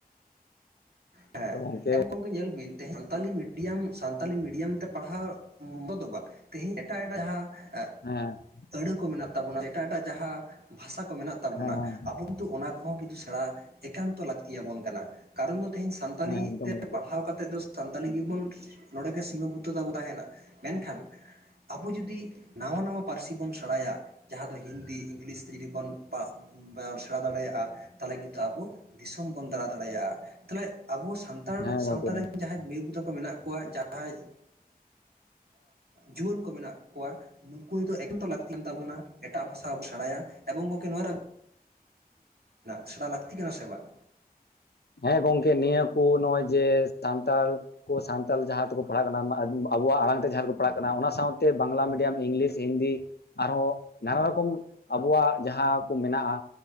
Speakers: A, on the right; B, on the left.
A: ᱦᱮᱸ
B: ᱛᱚ ᱜᱚᱝᱠᱮ
A: ᱧᱮᱞ ᱵᱤᱱ ᱥᱟᱱᱛᱟᱞᱤ ᱢᱤᱰᱤᱭᱟ ᱥᱟᱱᱛᱟᱞᱤ ᱢᱤᱰᱤᱭᱟᱢ ᱛᱮ ᱯᱟᱲᱦᱟᱣ ᱫᱚ ᱵᱟᱝ ᱛᱤᱦᱤᱧ ᱮᱴᱟᱜ ᱮᱴᱟᱜ ᱡᱟᱦᱟ ᱮᱜ
B: ᱦᱮ
A: ᱟᱹᱲᱟᱹ ᱠᱚ ᱢᱮᱱᱟᱜ ᱛᱟᱵᱚᱱᱟ ᱮᱴᱟᱜ ᱮᱴᱟᱜ ᱡᱟᱦᱟ ᱵᱷᱟᱥᱟ ᱠᱚ ᱢᱮᱱᱟᱜ ᱛᱟᱵᱚᱱᱟ
B: ᱦᱮᱸ ᱦᱮᱸ
A: ᱟᱵᱚ ᱛᱩ ᱚᱱᱟ ᱠᱚᱦᱚ ᱠᱤᱛᱩ ᱥᱮᱬᱟ ᱮᱠᱟᱱᱛᱚ ᱞᱟᱹᱠᱛᱤ ᱭᱟᱵᱚᱱ ᱠᱟᱱᱟ ᱠᱟᱨᱚᱱ ᱫᱚ ᱛᱮᱦᱮᱧ ᱥᱟᱱᱛᱟᱞᱤ
B: ᱦᱮᱸ ᱮᱠᱫᱚᱢ
A: ᱛᱮ
B: ᱜᱚᱝᱠᱮ
A: ᱯᱟᱲᱦᱟᱣ ᱠᱟᱛ ᱛᱮᱫᱚ ᱫᱚ ᱥᱟᱱᱛᱟᱞᱤ ᱜᱮᱵᱚᱱ ᱱᱚᱰᱮ ᱜᱮ ᱥᱤᱢᱟᱹ ᱵᱩᱴᱟᱹ ᱫᱚ ᱛᱟᱦᱮᱱᱟ ᱢᱮᱱᱠᱷᱟᱱ ᱟᱵᱚ ᱡᱩᱫᱤ ᱱᱟᱣᱟ ᱱᱟᱣᱟ ᱯᱟᱹᱨᱥᱤ ᱵᱚᱱ ᱥᱮᱬᱟᱭᱟ ᱡᱟᱦᱟ ᱫᱚ ᱦᱤᱱᱫᱤ ᱤᱝᱞᱤᱥ ᱛᱮ ᱡᱩᱫᱤ ᱵᱚᱱ ᱯᱟᱥ ᱥᱮᱬᱟ ᱫᱟᱲᱮᱭᱟᱜᱼᱟ ᱛᱟᱦᱚᱞᱮ ᱠᱤᱱᱛᱩ ᱟᱵᱚ ᱫᱤᱥᱚᱢ ᱵᱚᱱ ᱫᱟᱬᱟ ᱫᱟᱲᱮᱭᱟᱜᱼᱟ ᱛᱟᱦᱚᱞᱮ ᱟᱵᱚ ᱥᱟᱱᱛᱟᱲ
B: ᱦᱮᱸ
A: ᱥᱟᱶᱛᱟ
B: ᱜᱚᱝᱠᱮ ᱦᱮᱸ
A: ᱨᱮᱱ ᱡᱟᱦᱟᱸᱭ ᱢᱟᱹᱭ ᱵᱟᱵᱩ ᱛᱟᱠᱚ ᱢᱮᱱᱟᱜ ᱠᱚᱣᱟ ᱡᱟᱦᱟᱸᱭ ᱡᱩᱣᱟᱹᱱ ᱠᱚ ᱢᱮᱱᱟᱜ ᱠᱚᱣᱟ ᱱᱩᱠᱩ ᱫᱚ ᱮᱠᱛᱚ ᱞᱟᱹᱠᱛᱤ ᱠᱟᱱ ᱛᱟᱵᱚᱱᱟ ᱮᱴᱟᱜ ᱵᱷᱟᱥᱟ ᱦᱚᱸᱵᱚ ᱥᱮᱬᱟᱭᱟ ᱮᱵᱚᱝ ᱜᱚᱝᱠᱮ ᱱᱚᱣᱟᱣᱮ ᱥᱮᱬᱟ ᱞᱟᱹᱠᱛᱤ ᱠᱟᱱᱟ ᱥᱮ ᱵᱟᱝ
B: ᱦᱮ ᱜᱚᱝᱠᱮ ᱱᱤᱭᱟᱹ ᱠᱚ ᱱᱚᱜᱼᱚᱭ ᱡᱮ ᱥᱟᱱᱛᱟᱞ ᱠᱚ ᱥᱟᱱᱛᱟᱞ ᱡᱟᱦᱟ ᱛᱮᱠᱚ ᱯᱟᱲᱦᱟᱜ ᱠᱟᱱᱟ ᱟᱵᱚᱣᱟᱜ ᱟᱲᱟᱝ ᱛᱮ ᱡᱟᱦᱟ ᱨᱮᱠᱚ ᱯᱟᱲᱦᱟᱜ ᱠᱟᱱᱟ ᱚᱱᱟ ᱥᱟᱶᱛᱮ ᱵᱟᱝᱞᱟ ᱢᱤᱰᱤᱭᱟᱢ ᱤᱝᱞᱤᱥ ᱦᱤᱱᱫᱤ ᱟᱨᱚ ᱱᱟᱱᱟ ᱨᱚᱠᱚᱢ ᱟᱵᱚᱣᱟᱜ ᱡᱟᱦᱟ ᱠᱚ ᱢᱮᱱᱟᱜᱼᱟ